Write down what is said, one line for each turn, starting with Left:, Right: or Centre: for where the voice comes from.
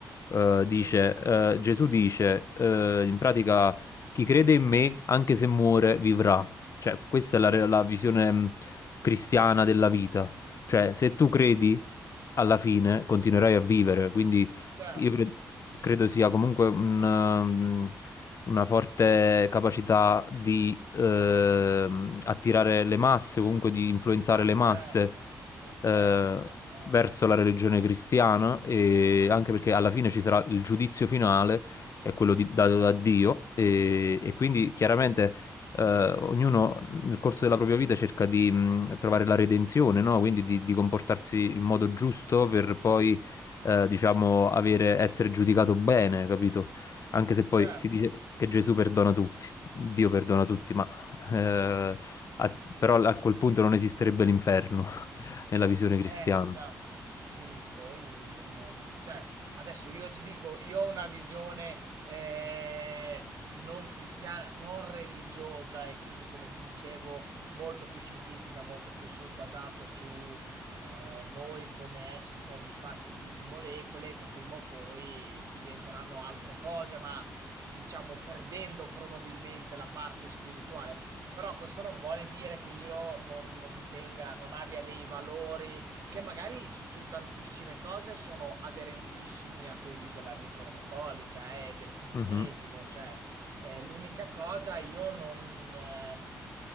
Left: eh,
Right: Sì,
Left: dice, eh, Gesù dice, eh, in pratica, chi crede in me, anche se muore, vivrà. Cioè, questa è la, re- la visione mh, cristiana
Right: certo.
Left: della vita.
Right: Eh, infatti.
Left: Cioè, se tu credi, alla fine continuerai a vivere, quindi
Right: Certo,
Left: io cre- credo sia comunque un, um, una forte capacità di ehm, attirare le masse, o comunque di influenzare
Right: ma
Left: le
Right: certo,
Left: masse
Right: ma certo,
Left: eh,
Right: ma certo.
Left: verso la religione cristiana, e anche perché alla fine ci sarà il giudizio finale, che è quello di- dato da Dio, e, e quindi chiaramente eh, ognuno nel corso della propria vita cerca di mh, trovare la redenzione, no? Quindi di, di comportarsi in modo giusto per poi eh, diciamo, avere, essere giudicato bene, capito? Anche se poi
Right: Certo.
Left: si dice che Gesù perdona tutti, Dio perdona tutti, ma eh, a- però a quel punto non esisterebbe l'inferno <laughs> nella visione cristiana.
Right: Eh, esatto, sì, poi non... Cioè, adesso io ti dico, io ho una visione eh, non cristiana, non religiosa e quindi, come ti dicevo, molto più scientifica, molto più su- basato su eh, noi come esseri fatti di, di molecole che prima o poi diventeranno altre cose, ma diciamo perdendo probabilmente la parte spirituale. Però questo non vuole dire che io non, non tenga, non abbia dei valori che magari su tantissime cose sono aderentissimi a quelli della religione cattolica e eh, del cristianesimo,
Left: Mhm,
Right: cioè eh, l'unica cosa io non... eh,